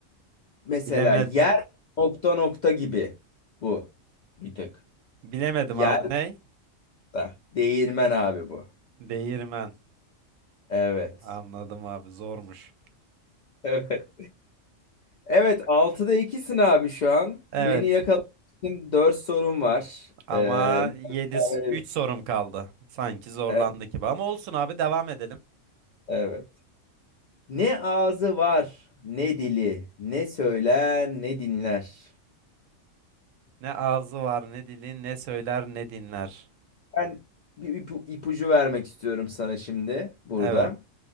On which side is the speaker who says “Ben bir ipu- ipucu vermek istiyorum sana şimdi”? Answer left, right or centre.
Left